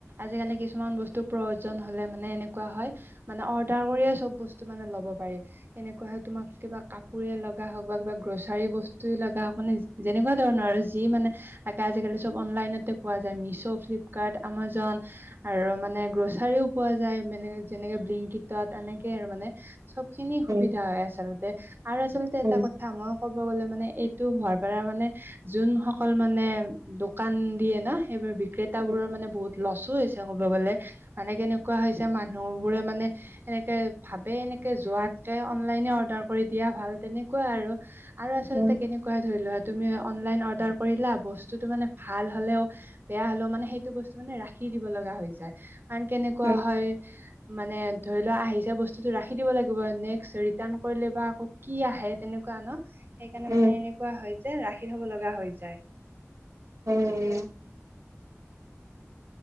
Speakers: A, on the right; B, on the right.
A: আজিকালি কিছুমান বস্তুৰ প্ৰয়োজন হলে মানে এনেকুৱা হয় মানে অৰ্ডাৰ কৰিয়ে চব বস্তু মানে লব পাৰি কেনেকুৱা হয় কিবা কাপোৰে লওক লগা হওঁক বা কিবা গ্ৰ'ছাৰী বস্তুৱে লগা হওঁক মানে যেনেকুৱা ধৰণৰ আৰু যি মানে আজিকালি চব অনলাইনতে পোৱা যায় মিছ' ফ্লিপকাৰ্ট আমাজন আৰু মানে গ্ৰ'চাৰীও পোৱা যায় মানে যেনেকে বিলিংকটত এনেকে আৰু মানে চব খিনি সুবিধা
B: উম
A: হয় আচলতে আৰু আচলতে এটা
B: উম
A: কথা মই ক'ব গ'লে মানে এইটো হোৱাৰ পৰা মানে যোনসকল মানে দোকান দিয়ে ন সেইবোৰ বিক্ৰ
B: উম
A: বোৰৰ মানে বহুত লছো হৈছে ক'ব গ'লে মানে কেনেকুৱা হৈছে মানুহ বোৰে মানে এনেকে ভাবে এনেকে যোৱাতকে অনলাইনে অৰ্ডাৰ কৰি দিয়া ভাল তেনেক কোৱা আৰু আচলতে
B: উম
A: কেনেকু ক ধৰি লোৱা তুমি অনলাইন অৰ্ডাৰ কৰিলা বস্তুতটো মানে ভাল হ'লেও বেয়া হলেও মানে সেইটো বস্তু মানে ৰাখি দিব লগা হৈ যায় কাৰণ কেনেকুৱা
B: উম উম উম
A: হয় মানে ধৰি লোৱা আহিছে বস্তুতটো ৰাখি দিব লাগিব নেক্সট ৰিটাৰ্ণ কৰিলে বা আকৌ কি আহে তেনেকুৱা ন সেইকাৰণে
B: উম
A: মানে এনেকুৱা হয় যে ৰাখি থব লগা হৈ যায়
B: উম